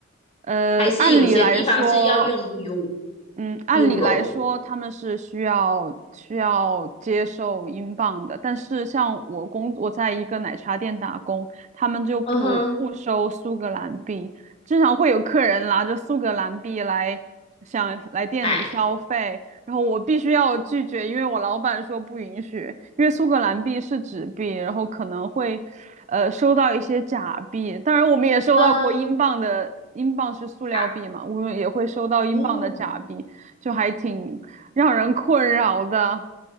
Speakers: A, on the right; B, on the left.
A: 呃，
B: 还是有些地方是要用
A: 按理来说，
B: U
A: 嗯，按理来说他们是需要需要接受英镑的，
B: Euro？
A: 但是像我工我在一个奶茶店打工，他们就不不收苏格兰币，
B: 嗯哼，
A: 经常会有客人拿着苏格兰币来想来店里消费，
B: 哎，
A: 然后我必须要拒绝，因为我老板说不允许，因为苏格兰币是纸币，然后可能会呃收到一些假币，当然我们也收到过英镑的，
B: 嗯，
A: 英镑是塑料币嘛，
B: 呀，
A: 我们也会收到英镑的假币。
B: 嗯
A: 就还挺让人困扰的。